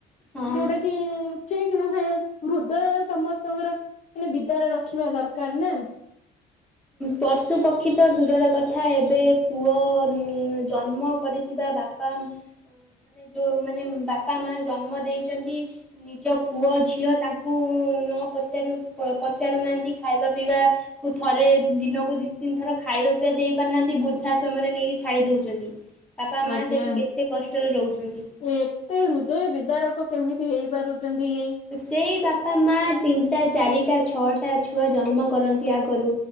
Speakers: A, in the centre; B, on the left.
A: ହଁ।
B: ଯୋଉଟା କି ଠିକ୍ ନୁହେଁ ହୃଦୟ ସମସ୍ତଙ୍କର ମାନେ ବିଦାରେ ରଖିବା ଦରକାର ନା।
A: ପଶୁପକ୍ଷୀ ତ ଦୂରର କଥା ଏବେ ପୁଅ ଜନ୍ମ କରିଥିବା ବାପା ମାନେ ଯୋଉ ବାପା ମା ଜନ୍ମ ଦେଇଚନ୍ତି ନିଜ ପୁଅ ଝିଅ ତାଙ୍କୁ ନ ପଚାରୁ ପଚାରୁନାହାନ୍ତି ଖାଇବା ପିଇବା ବୁଦ୍ ଥରେ ଦିନକୁ ଦି ତିନି ଥର ଖାଇବା ପିଇବା ଦେଇ ପାରୁନାହାନ୍ତି ବୃଦ୍ଧାଶ୍ରମରେ ନେଇକି ଛାଡ଼ି ଦଉଚନ୍ତି। ବାପା ମା
B: ଆଜ୍ଞା
A: ସେଠି କେତେ କଷ୍ଟରେ ରହୁଛନ୍ତି।
B: ଏତେ ହୃଦୟ ବିଦାରକ କେମିତି ହେଇ ପାରୁଚନ୍ତି ଇଏ।
A: ସେଇ ବାପା ମା ତିନଟା ଚାରିଟା ଛଅଟା ଛୁଆ ଜନ୍ମ କରନ୍ତି ଆଗରୁ।